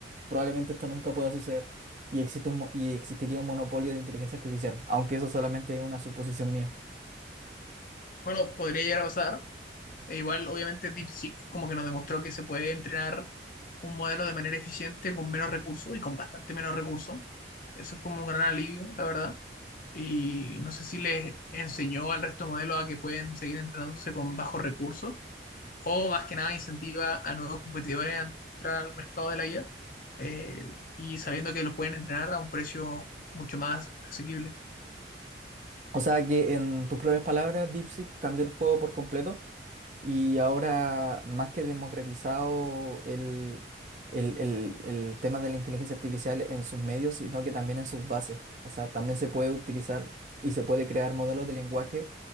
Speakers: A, on the right; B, on the left.
A: probablemente esto nunca pueda suceder. Y, existe un mo- y existiría un monopolio de inteligencia artificial, aunque eso solamente es una suposición mía.
B: Bueno, podría llegar a pasar, E igual, obviamente, DeepSeek como que nos demostró que se puede entrenar un modelo de manera eficiente con menos recursos y con bastante menos recursos. Eso es como un gran alivio, la verdad. Y no sé si les enseñó al resto de modelos a que pueden seguir entrenándose con bajos recursos o más que nada incentiva a nuevos competidores a entrar al mercado de la IA eh, y sabiendo que lo pueden entrenar a un precio mucho más asequible.
A: O sea que en tus propias palabras, DeepSeek cambió el juego por completo y ahora más que democratizado el, el, el- el tema de la inteligencia artificial en sus medios, sino que también en sus bases. O sea, también se puede utilizar y se puede crear modelos de lenguaje